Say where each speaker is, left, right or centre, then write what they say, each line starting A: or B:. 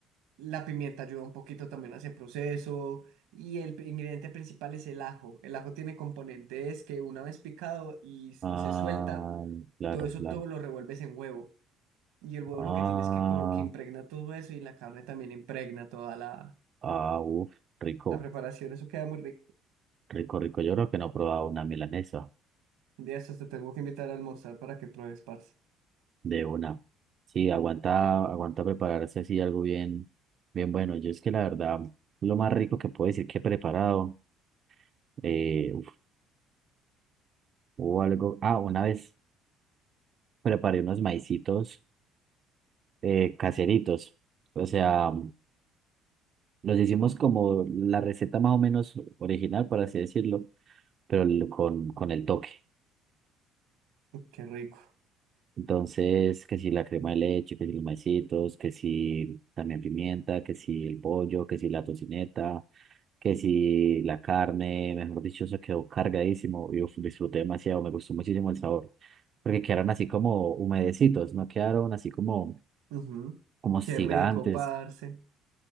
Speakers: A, on the right; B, on the right.
A: la pimienta ayuda un poquito también a ese proceso. Y el p- ingrediente principal es el ajo. El ajo tiene componentes que una vez picado y, s-
B: Ah,
A: y se suelta,
B: claro,
A: todo eso
B: claro.
A: todo lo revuelves en huevo. Y el huevo
B: Ah,
A: lo que tiene es que como que impregna todo eso y la carne también impregna toda la,
B: ah, uf, rico,
A: la preparación. Eso queda muy rico.
B: rico, rico. Yo creo que no he probado una milanesa
A: De eso te tengo que invitar a almorzar para que pruebes, parce.
B: de una. Sí, aguanta, aguanta prepararse así algo bien, bien bueno. Yo es que la verdad, lo más rico que puedo decir que he preparado, eh, uf, hubo algo. Ah, una vez preparé unos maicitos eh, caseritos. O sea, los hicimos como la receta más o menos original, por así decirlo, pero l- con, con el toque.
A: Qué rico.
B: Entonces, que si la crema de leche, que si los maicitos, que si también pimienta, que si el pollo, que si la tocineta, que si la carne, mejor dicho, se quedó cargadísimo. Yo disfruté demasiado, me gustó muchísimo el sabor, porque quedaron así como humedecitos, no quedaron así como,
A: Ujú.
B: como gigantes.
A: Qué rico, parce.